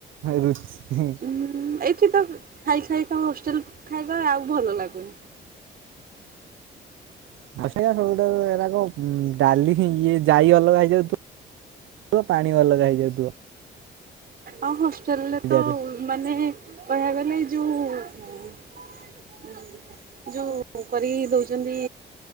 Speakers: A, on the right; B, on the right.
A: ରୁଚି
B: ହୁଁ ଏଇଠି ତ ଖାଇ ଖାଇକା ହଷ୍ଟେଲ୍ ଖାଇବା ଆଉ ଭଲ ଲାଗୁନି।
A: <inaudible> ହଉଠାରୁ ଏରାକ ଉଁ ଡାଲି ହିଁ ଇଏ ଜାଇ ଅଲଗା ହେଇଯାଉ ଥୁ ଉଅ ପାଣି ଅଲଗା ହେଇଯାଉଥୁବ।
B: ଆଉ ହଷ୍ଟେଲ୍ ରେ
A: ପିଡାରେ
B: ତ ମାନେ କହିବାକୁ ଗଲେ ଏ ଯୋଉ ଉଁ ଯୋଉ କରିକି ଦୋଉଚନ୍ତି